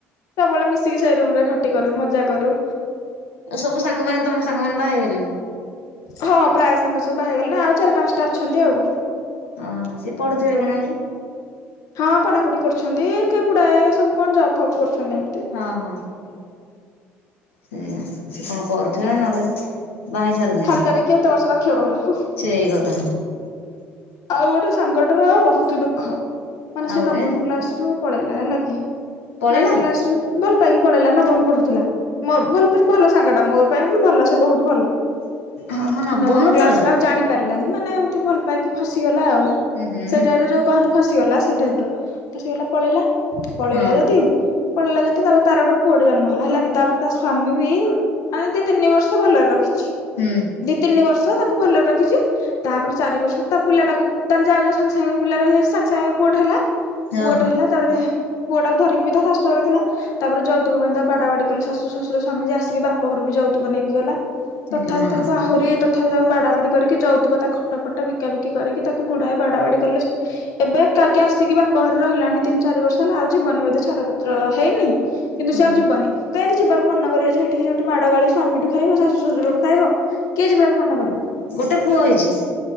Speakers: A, on the left (about 60°); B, on the left (about 90°).
A: ସବୁବେଳେ ମିଶିକି ସେଇ ରୁମରେ ଖଟି କରୁ, ମଜା କରୁ।
B: ଆଉ ସବୁ ସାଙ୍ଗମାନେ ତମ ସାଙ୍ଗମାନେ ବାହା ହେଇଗଲେଣି।
A: ହଁ ପ୍ରାୟେ ସାଙ୍ଗ ସବୁ ବାହାହେଇଗଲେଣି ଆଉ ଚାରି ପାଞ୍ଚଟା ଅଛନ୍ତି ଆଉ।
B: ଅହଁ ସିଏ ପଢୁଥିବେ କଣ ଆହୁରି
A: ହଁ ପଢାପଢି କରୁଛନ୍ତି କେଗୁଡାଏ ସବୁ କଣ ଜବ୍ ଫବ୍ କରୁଛନ୍ତି ଏମ୍
B: ହଁ ହଁ ସେଇଆ ସେ କଣ କରୁଥିବେନା ନହେଲେ ବାହାହେଇସାରନ୍ତେ
A: ଖାଲିଟାରେ କିଏ ଏତେ ବର୍ଷ ରଖିବ କହିଲ ହଁ।
B: ସେଇ କଥା।
A: ଆଉ ଗୋଟେ ସାଙ୍ଗଟାର ବହୁତ ଦୁଃଖ ମାନେ
B: ଆଉ
A: ସେ
B: ଗୋଟେ
A: ନବମ କ୍ଲାସ ରୁ ପଳେଇଲା ହେଲା କି?
B: ପଳେଇଲା
A: ନାଇନ୍ କ୍ଲାସରୁ ଭଲ ପାଇକି ପଳେଇଲା ନବମ ପଢୁଥିଲା ନ ଭଲ ପଢ଼ୁ ଭଲ ସାଙ୍ଗ ଟା ମୋ ପାଇଁ ବି ଭଲ ସେ ବହୁତ ଭଲ
B: ହଁ ହଁ ନବମରେ
A: ନବମ କ୍ଲାସରୁ
B: ପଳେଇଲା
A: ଆଉ ଜାଣି ପାରିଲାନି ମାନେ ଏମିତି ଭଲ ପାଇକି ଫସିଗଲା ଆଉ
B: ହୁଁ ହୁଁ
A: ସେଇ ଟାଇପରେ ଯୋଉ କହନ୍ତି ଫସିଗଲା ସେ ଟାଇପ ର ଫସିଗଲା ପଳେଇଲା ପଳେଇଲା
B: ହଁ
A: ଯଦି ପଳେଇଲା ଯଦି ତାପରେ ତାର ଗୋଟେ ପୁଅଟେ ଜନ୍ମ ହେଲା ହେଲା କି ତାପରେ ତା ସ୍ଵାମୀ ବି ମାନେ ଦି ତିନି ବର୍ଷ ଭଲ ରଖ
B: ହୁଁ।
A: ଦି ତିନି ବର୍ଷ ତାକୁ ଭଲରେ ରଖିଛି ତାପରେ ଚାରି ବର୍ଷ ତା ପିଲାଟାକୁ ତା ଯାଉ ଯାଉ ସାଙ୍ଗେ ସାଙ୍ଗେ ପିଲାର ସାଙ୍ଗେ ସାଙ୍ଗେ ପୁଅଟେ ହେଲା, ପୁଅଟେ
B: ଓହୋ
A: ହେଲା ତାପରେ ପୁଅଟାକୁ ଧରିକି ବି ତା ଶାଶୁ ଘରେ ଥିଲା। ତାପରେ ଯୌତୁକ ପାଇଁ ତାକୁ ବାଡା ବାଡି କଲେ ଶାଶୁ ଶଶୁର ସ୍ୱାମୀ ଯେ ଆସି ବାପ ଘରୁ ବି ଯୌତୁକ ନେଇକି ଗଲା। ତଥାପି
B: ଇଲୋ ମା
A: ତାକୁ ଆହୁରି ତଥାପି ତାକୁ ବାଡା ବାଡି କରିକି ଯୌତୁକ ତା ଖଟ ଫଟ ବିକି ବିକାବିକି କରିକି ତାକୁ ଗୁଡ଼ାଏ ବାଡା ବାଡ଼ି କଲେ। ଏବେ, ଏକାକେ ଆସିକି ବାପ ଘରେ ରହିଲାଣି ତିନି ଚାରି ବର୍ଷ ହେଲା ଆଉ ଜୀବନି ବୋଧ ଛାଡପତ୍ର ହେଇନି? କିନ୍ତୁ
B: ହଉ
A: ସେ ଆଉ ଯିବନି। କେମିତି ଯିବାକୁ ମନ କରବ ଯେ ସେଠିକି ଯୋଉଠି ମାଡ଼ ଗାଳି ସ୍ୱାମୀଠୁ ଖାଇବ, ଶାଶୁ, ଶଶୁରଠୁ ଖାଇବ। କିଏ ଯିବାକୁ ମନ କରିବ?
B: ଗୋଟେ ପୁଅ ହେଇଛି?